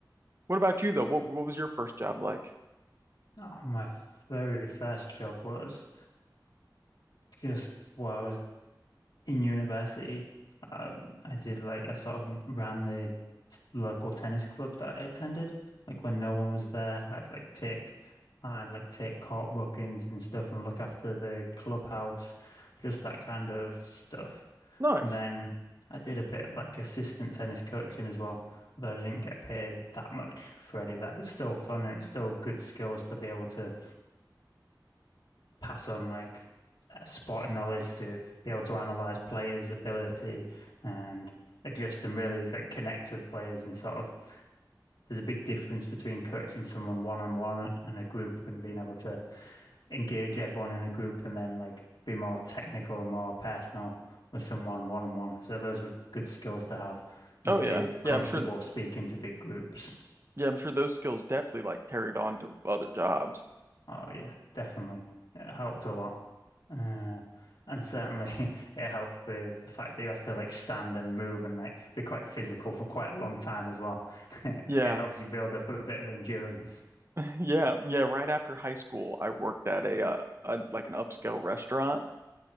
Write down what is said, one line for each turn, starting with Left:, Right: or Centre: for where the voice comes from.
Right: What about you though? What what was your first job like?
Left: Oh, my very first job was just while I was in university. I, I did like I sort of ran the t- local tennis club that I attended. Like when no one was there, I'd like take I'd like take court bookings and stuff and look after the clubhouse, just that kind of stuff.
Right: Nice.
Left: And then I did a bit of like assistant tennis coaching as well, though I didn't get paid that much for any of that. It was still fun and it's still good skills to be able to pass on like uh, sporting knowledge, to be able to analyze players' ability and adjust and really like connect with players and sort of there's a big difference between coaching someone one on one and a group and being able to engage everyone in a group and then like be more technical and more personal with someone one on one. So those were good skills to have and
Right: Oh
Left: to
Right: yeah.
Left: be comfortable
Right: Yeah, I'm sure
Left: speaking to big groups.
Right: yeah, I'm sure those skills definitely like carried on to other jobs.
Left: Oh yeah, definitely. It helped a lot. Uh, and certainly <laughs> it helped with the fact that you have to like stand and move and like be quite physical for quite a long time as well. <laughs> It
Right: Yeah.
Left: helps you build up a bit of endurance.
Right: <laughs> Yeah, yeah, right after high school, I worked at a uh a, like an upscale restaurant